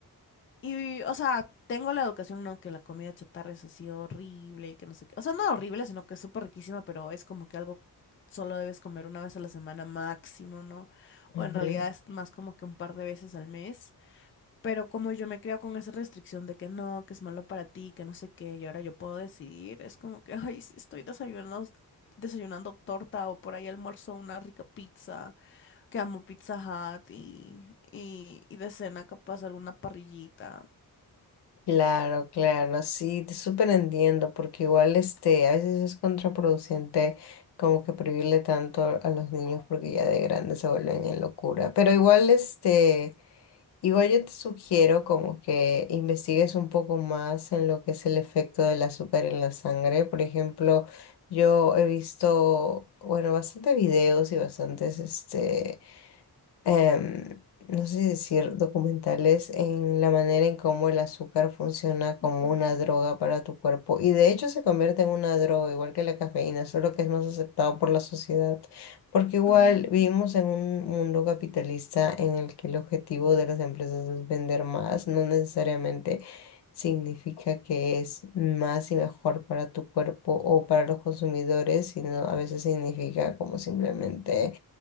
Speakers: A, on the left (about 30°); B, on the left (about 85°).
A: Y, o sea, tengo la educación, ¿no? Que la comida chatarra es así horrible y que no sé qué. O sea, no horrible, sino que es súper riquísima, pero es como que algo solo debes comer una vez a la semana máximo, ¿no? O
B: ujú.
A: en realidad es más como que un par de veces al mes. Pero como yo me creo con esa restricción de que no, que es malo para ti, que no sé qué, y ahora yo puedo decidir, es como que, ay, si estoy desayunando, desayunando torta o por ahí almuerzo una rica pizza, que amo Pizza Hut y, y, y de cena capaz alguna parrillita.
B: Claro, claro, sí, te súper entiendo, porque igual este, a veces es contraproducente como que prohibirle tanto a los niños porque ya de grandes se vuelven en locura. Pero igual este, igual yo te sugiero como que investigues un poco más en lo que es el efecto del azúcar en la sangre. Por ejemplo, yo he visto, bueno, bastantes videos y bastantes este em, no sé si decir documentales en la manera en cómo el azúcar funciona como
A: Ujú,
B: una droga para tu cuerpo y de hecho se convierte en una droga igual que la cafeína, solo que es más aceptado por la sociedad, porque igual
A: ujú,
B: vivimos en un mundo capitalista en el que el objetivo de las empresas es vender más, no necesariamente significa que es más y mejor para tu cuerpo o para los consumidores, sino a veces significa como simplemente